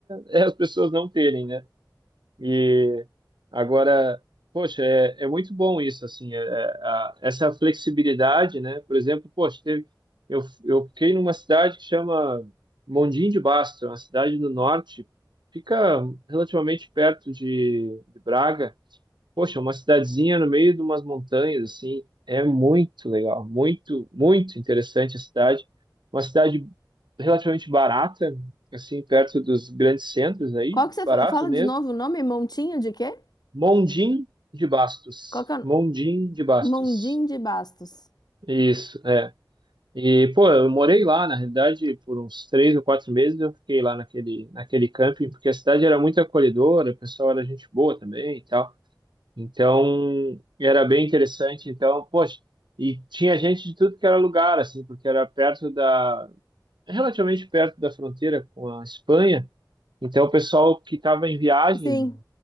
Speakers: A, on the right; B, on the left.
A: é, é as pessoas não terem, né? E agora, poxa, é, é muito bom isso, assim, é- é- a- essa flexibilidade, né? Por exemplo, poxa, teve, eu, eu fiquei numa cidade que chama Mondim de Basto, é uma cidade no norte, fica relativamente perto de, de Braga. Poxa, uma cidadezinha no meio de umas montanhas, assim, é muito legal, muito, muito interessante a cidade. Uma cidade relativamente barata, assim, perto dos grandes centros aí,
B: Qual que você
A: barato
B: fa- fala
A: mesmo.
B: de novo o nome? Montinho de quê?
A: Mondim de Bastos.
B: Qual que é? o-
A: Mondim de Bastos.
B: Mondinho de Bastos.
A: Isso, é. E, pô, eu morei lá, na realidade, por uns três ou quatro meses eu fiquei lá naquele, naquele camping, porque a cidade era muito acolhedora, o pessoal era gente boa também e tal. Então, era bem interessante. Então, poxa, e tinha gente de tudo que era lugar, assim, porque era perto da, relativamente perto da fronteira com a Espanha. Então, o pessoal que estava em viagem,
B: Sim,